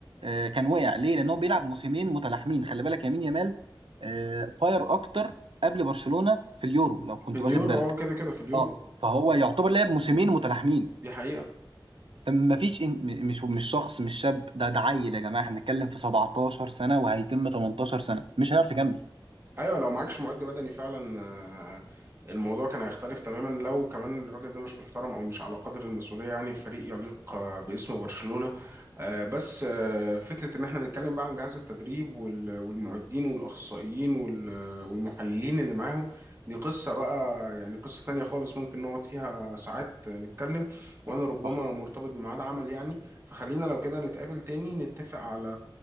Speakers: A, on the right; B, on the right.
A: آه، كان وقع ليه؟ لأن هو بيلعب موسمين متلاحمين خلي بالك يمين يامال آه، فاير أكتر قبل برشلونة في اليورو لو كنت
B: في اليورو
A: واخد بالك
B: اه كده كده في اليورو
A: اه فهو يعتبر لعب موسمين متلاحمين
B: دي حقيقه
A: فما فيش إن... م- مش مش شخص مش شاب ده ده عيل يا جماعة احنا بنتكلم في 17 سنة وهيتم 18 سنة مش هيعرف يكمل
B: ايوه لو معكش معد بدني فعلا آه، الموضوع كان هيختلف تماما لو كمان الراجل ده مش محترم او مش على قدر المسؤوليه يعني في فريق يليق آه، باسم برشلونه آه، بس آه، فكره ان احنا نتكلم بقى عن جهاز التدريب وال- والمعدين والاخصائيين وال- والمحللين اللي معاهم دي قصه بقى يعني قصه تانية خالص ممكن نقعد فيها ساعات آه، نتكلم وانا ربما
A: صح
B: مرتبط بميعاد عمل يعني فخلينا لو كده نتقابل تاني نتفق على